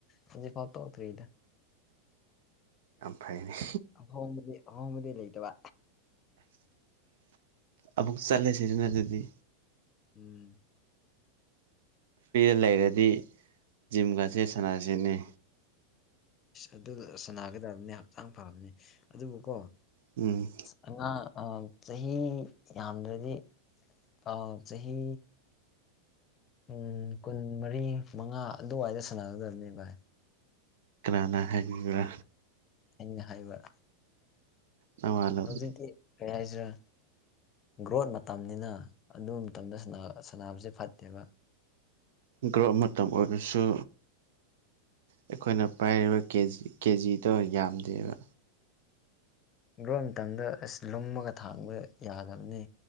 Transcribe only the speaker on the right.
ꯌꯥꯝ ꯐꯩꯑꯅꯦ
ꯑꯃꯨꯛ ꯆꯠꯂꯦꯁꯤꯗꯅ ꯑꯗꯨꯗꯤ
ꯄꯦꯜ ꯂꯩꯔꯗꯤ ꯖꯤꯝꯒꯁꯦ ꯁꯥꯟꯅꯔꯁꯤꯅꯤ
ꯎꯝ
ꯀꯅꯥꯅ ꯍꯥꯏꯌꯕꯤꯕ꯭ꯔꯥ
ꯅꯋꯥꯂꯧꯗꯦ
ꯒ꯭ꯔꯣꯠ ꯃꯇꯝ ꯑꯣꯏꯔꯁꯨ ꯑꯩꯈꯣꯏꯅ ꯄꯥꯏꯔꯤꯕ ꯀꯦꯖꯤ ꯀꯦꯖꯤꯗꯣ ꯌꯥꯝꯗꯦꯕ